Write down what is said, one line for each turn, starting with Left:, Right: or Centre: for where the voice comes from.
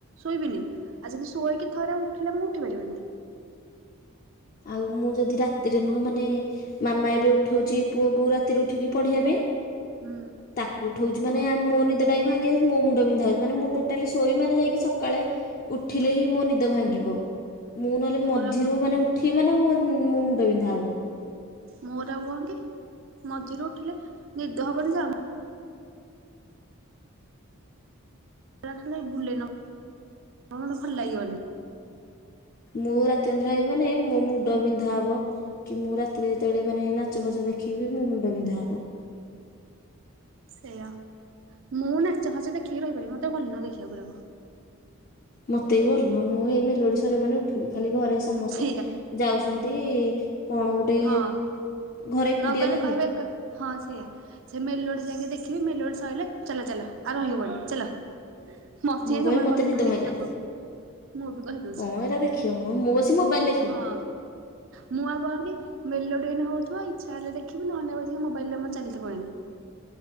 Right: ଶୋଇବିନି ଆଉ ଯଦି ଶୋଇକି ଥରେ ଉଠିଲା ମୁଁ ଉଠି ପାରିବିନି।
Left: ଆଉ ମୁଁ ଯଦି ରାତିରେ ନୁହଁ ମାନେ ମାମା ଏବେ ଉଠଉଛି ପୁଅକୁ ରାତିରୁ ଉଠିକି ପଢିବା ପାଇଁ।
Right: ହୁଁ।
Left: ତାକୁ ଉଠଉଛି ମାନେ ମୋ ନିଦଟା ବି ଭାଙ୍ଗି ଯାଉଛି ମୋ ମୁଣ୍ଡ ବିନ୍ଧାହଉଛି ମୁଁ ଟୋଟାଲି ସୋଇବି ମାନୋ ଯାଇକି ସକାଳେ ଉଠିଲେ ହିଁ ମୋ ନିଦ ଭାଙ୍ଗିବ। ମୁଁ ନହେଲେ
Right: ମୋର
Left: ମଝିରୁ
Right: ଆଉ
Left: ମାନେ ଉଠିବି ମାନେ ମୋ ମୁଣ୍ଡ ବିନ୍ଧା ହବ।
Right: ମୋର ଆଉ କଣ କି ମଝିରେ ଉଠିଲେ ନିଦ ହବନି ତ ଏରା ଖାଲି ବୁଲେଇ ନବ ମୋର ତ ଭଲ ଲାଗିବନି।
Left: ମୁଁ ରାତି ଅନିନ୍ଦ୍ରା ହେବି ମାନେ ମୋ ମୁଣ୍ଡ ବିନ୍ଧା ହବ କି ମୁଁ ରା ତିରେ ଯେତେ ବେଳେ ମାନେ ନାଚ ଫାଚ ଦେଖିବି ମୁଁ ମୁଣ୍ଡ ବିନ୍ଧା ହବ।
Right: ସେଆ ମୁଁ ନାଚ ଫାଚ ଦେଖିକି ରହପାରିବି ମତେ ଭଲ ନୁହେଁ ଦେଖିବାକୁ ଏରାକ।
Left: ମତେ ବି ଭଲ ନୁହଁ ମୁଁ ଏଇ ମେଲୋଡି ସରିବ ମାନେ ଉଠିବି ଖାଲି ଘରେ ସମସ୍ତେ।
Right: ସେଇଆ
Left: ଯାଉଛନ୍ତି କଣ ଗୋଟେ
Right: ହଁ।
Left: ଘରେ ଏକୁଟିଆ
Right: ନ ଗଲେ
Left: ରହିବି।
Right: କହିବେ ହଁ ସେଇଆ। ସେ ମେଲୋଡି ଯାଇକି ଦେଖିବି ମେଲୋଡି ସଇଲେ ଚାଲ ଚାଲ ଆଉ ରହିହବନି ଚାଲ। ମତେ
Left: ମୁଁ
Right: ବି
Left: କହିବି
Right: ଯମା
Left: ମତେ
Right: ଭଲ
Left: ନିଦ
Right: ନୁହେଁ ଦେଖିବାକୁ।
Left: ମାଇଲାଣି
Right: ମୁଁ ବି କହି ଦଉଛି
Left: କଣ ଏରା ଦେଖିବ ମ ମୁଁ ବସି ମୋବାଇଲ ଦେଖିବି
Right: ହଁ ମୁଁ ଆଉ କଣକି? ମେଲୋଡି ଏଇନା ହଉଥିବ ଇଛା ହେଲେ ଦେଖିବି ନହଲେ ନା ବସିକି ମୋବାଇଲେ ମୋର ଚାଲିଥିବ ଏଣେ।